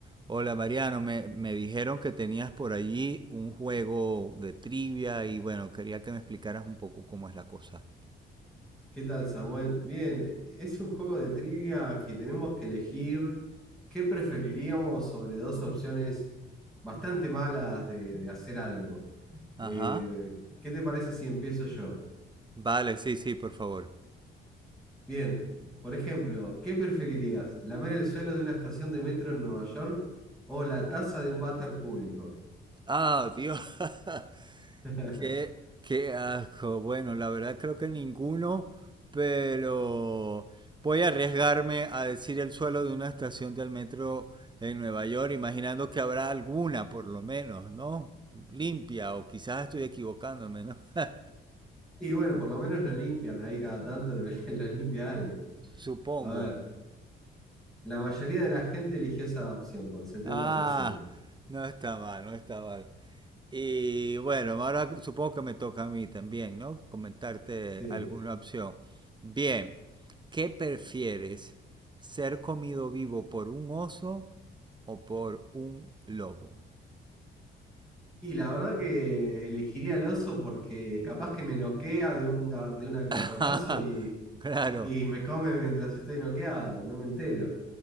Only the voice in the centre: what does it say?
¿Qué tal, Samuel? Bien, es un juego de trivia que tenemos que elegir qué preferiríamos sobre dos opciones bastante malas de, de hacer algo.
Eh, ¿qué te parece si empiezo yo?
Bien, por ejemplo, ¿qué preferirías? ¿Lamer el suelo de una estación de metro en Nueva York o la taza de un váter público?
<laughs>
Y bueno, por lo menos lo limpian, ahí cada tanto <laughs> lo, limpia alguien.
A ver, la mayoría de la gente eligió esa opción con setenta
por ciento.
Sí.
Y la verdad que elegiría al oso porque capaz que me noquea de un, gar- de un garrotazo
y,
y me come mientras estoy noqueado, no me entero.